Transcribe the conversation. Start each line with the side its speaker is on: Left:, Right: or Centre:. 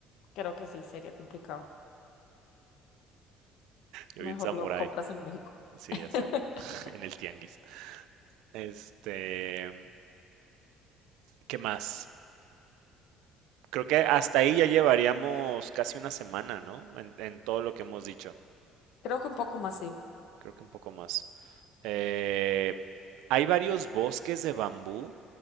Left: creo que sí, sería complicado.
Right: Yo
Left: Mejor
Right: vi en Samurai,
Left: lo compras en México.
Right: sí,
Left: <laughs>
Right: ya sé, <laughs> en el tianguis. Este, ¿qué más? Creo que hasta ahí ya llevaríamos casi una semana, ¿no? En, en todo lo que hemos dicho.
Left: Creo que un poco más sí.
Right: Creo que un poco más. Eh, hay varios bosques de bambú